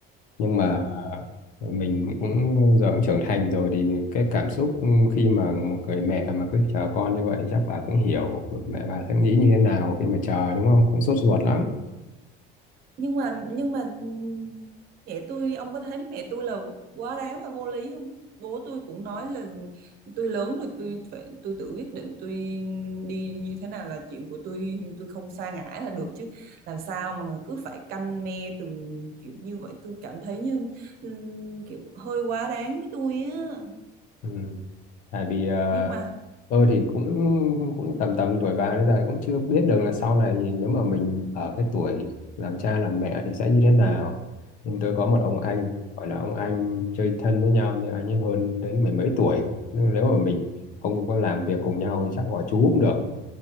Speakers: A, on the left; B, on the right.
A: nhưng mà
B: Ừm.
A: à, mình cũng giờ cũng trưởng thành rồi thì cái cảm xúc khi mà một người mẹ mà cứ chờ con như vậy chắc bà cũng hiểu mẹ bà sẽ nghĩ như thế nào khi mà chờ đúng không cũng sốt ruột lắm
B: nhưng mà nhưng mà ừm, mẹ tôi ông có thấy mẹ tôi là quá đáng và vô lý không bố tôi cũng nói là tôi lớn rồi tôi phải tôi tự quyết định tôi đi như thế nào là chuyện của tôi tôi không sa ngã là được chứ làm sao mà cứ phải canh me từng kiểu như vậy tôi cảm thấy như ừm, kiểu hơi quá đáng với tôi á
A: ừ. tại vì ờ,
B: nhưng mà
A: tôi thì cũng cũng tầm tầm tuổi bà bây giờ cũng chưa biết được là sau này thì nếu mà mình ở cái tuổi làm cha làm mẹ thì sẽ như thế nào nhưng tôi có một ông anh
B: ừm,
A: gọi là ông anh chơi thân với nhau nhưng anh ấy hơn đến mười mấy tuổi cơ. nên nếu mà mình không có làm việc cùng nhau thì chắc gọi chú cũng được